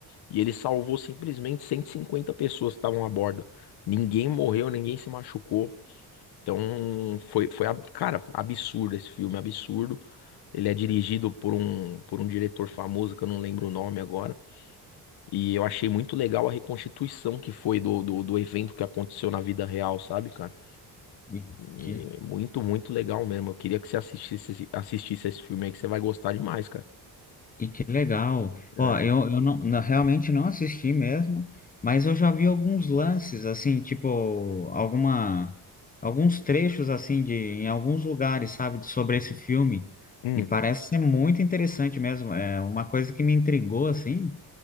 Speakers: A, on the left; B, on the left.
A: E ele salvou simplesmente 150 pessoas que estavam a bordo. Ninguém morreu, ninguém se machucou. Então, foi, foi, ab- cara, absurdo esse filme, absurdo. Ele é dirigido por um, por um diretor famoso que eu não lembro o nome agora. E eu achei muito legal a reconstituição que foi do, do, do evento que aconteceu na vida real, sabe, cara?
B: e
A: E
B: que,
A: é muito, muito legal mesmo. Eu queria que você assistisse, esse- assistisse esse filme aí, que você vai gostar demais, cara.
B: e que legal.
A: É.
B: Ó, eu, eu não, não- realmente não assisti mesmo, mas eu já vi alguns lances, assim, tipo, alguma, alguns trechos, assim, de, em alguns lugares, sabe, de- sobre esse filme.
A: Hum,
B: E parece ser muito interessante mesmo. É uma coisa que me intrigou, assim.